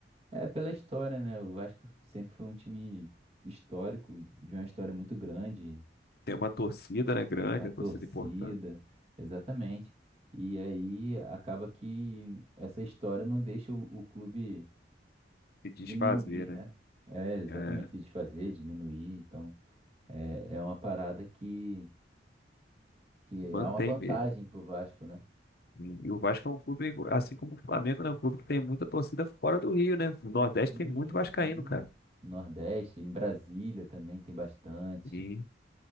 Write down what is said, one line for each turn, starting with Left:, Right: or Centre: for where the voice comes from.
Right: É pela história, né? O Vasco sempre foi um time histórico, de uma história muito grande,
Left: Tem uma torcida, né, grande,
Right: uma torcida,
Left: uma torcida importante,
Right: exatamente. E aí acaba que essa história não deixa o, o clube
Left: se desfazer,
Right: diminuir,
Left: né?
Right: né? É, exatamente,
Left: É,
Right: se desfazer, diminuir. Então, é, é uma parada que, que
Left: mantém
Right: é uma vantagem
Left: mesmo.
Right: pro Vasco, né?
Left: E e o Vasco é um clube, assim como o Flamengo, né? Um clube que tem muita torcida fora do Rio, né? O Nordeste
Right: Sim,
Left: tem muito vascaíno,
Right: sim.
Left: cara.
Right: Nordeste, em Brasília também tem bastante.
Left: E,